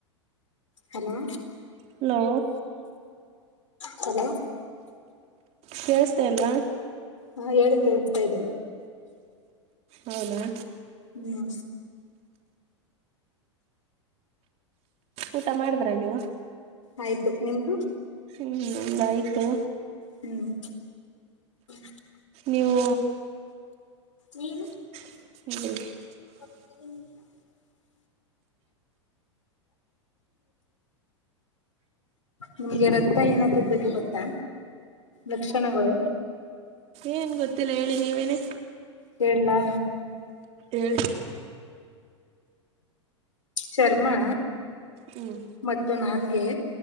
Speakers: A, on the left; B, on the right.
A: ಹಲೋ
B: ಹಲೋ
A: ಹಲೋ
B: ಕೇಳ್ಸ್ತಾ ಇಲ್ವಾ
A: ಹಾ ಹೇಳು ಕೇಳಸ್ತಾ ಇದೆ
B: ಹೌದಾ
A: ಹ್ಮ
B: ಊಟ ಮಾಡಿದ್ರ ನೀವು
A: ಆಯ್ತು ನಿಮ್ದು
B: ಹ್ಮ್ ನಮ್ದ್ ಆಯ್ತು
A: ಹ್ಮ್ <unintelligible>
B: ನೀವು
A: ನೀನ್
B: <unintelligible>
A: <unintelligible> ನಿಮ್ಗೆ ರಕ್ತ ಏನಾತದ್ ಬಗ್ಗೆ ಗೊತ್ತಾ, ಲಕ್ಷಣಗಳು?
B: ಏನ್ ಗೊತ್ತಿಲ್ಲ ಹೇಳಿ ನೀವೇನೆ
A: ಹೇಳ್ಳಾ?
B: ಏಳು
A: ಚರ್ಮಾ
B: ಹ್ಮ್
A: ಮತ್ತು ನಾಲೆ ಎ